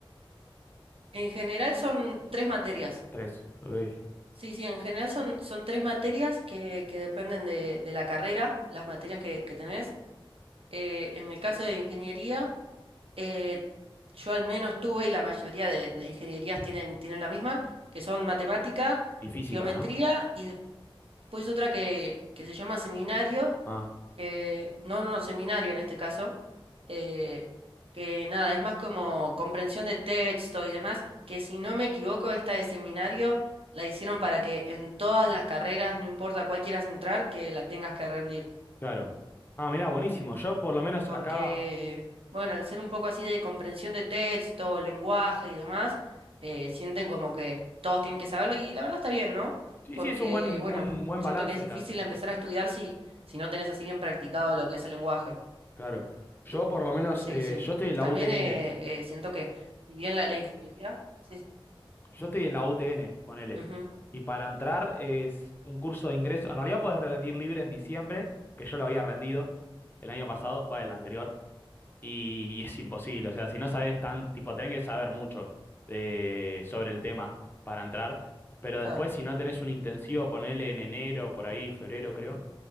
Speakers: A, on the right (about 80°); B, on the left (about 25°).
A: en general son tres materias.
B: Tres. Uy.
A: Sí, sí, en general son, son tres materias que, que dependen de, de la carrera, las materias que, que tenés. eh, en el caso de ingeniería, eh, yo al menos tuve, y la mayoría de, de ingenierías tienen, tienen la misma, que son matemática,
B: Y física,
A: geometría
B: ¿no?
A: y de- después otra que, que se llama seminario,
B: Ah,
A: que, no, no, no, seminario en este caso, eh, que nada, es más como comprensión de texto y demás, que si no me equivoco, esta de seminario la hicieron para que en todas las carreras, no importa cuál quieras entrar, que la tengas que rendir.
B: claro. Ah, mirá, buenísimo. Yo por lo menos
A: porque,
B: acá...
A: bueno, al ser un poco así de comprensión de texto, lenguaje y demás, eh, sienten como que todos tienen que saberlo y la verdad está bien, ¿no?
B: Sí,
A: Porque,
B: sí, es un buen,
A: bueno,
B: un buen
A: siento
B: balance
A: que es difícil
B: te hace.
A: empezar a estudiar si, si no tenés así bien practicado lo que es el lenguaje.
B: Claro. Yo por lo menos,
A: Sí,
B: eh,
A: sí.
B: yo estoy en la
A: También
B: UTN.
A: eh, eh, siento que, si bien la, la ingeniería... Sí, sí.
B: Yo estoy en la UTN, ponele.
A: Ujú,
B: Y para entrar es un curso de ingreso. En realidad puedes rendir libre en diciembre, que yo lo había rendido el año pasado, va, el anterior. Y es imposible, o sea, si no sabes tan, tipo, tenés que saber mucho de, sobre el tema para entrar, pero después
A: Claro,
B: si no tenés un intensivo, ponele en enero, por ahí, febrero creo,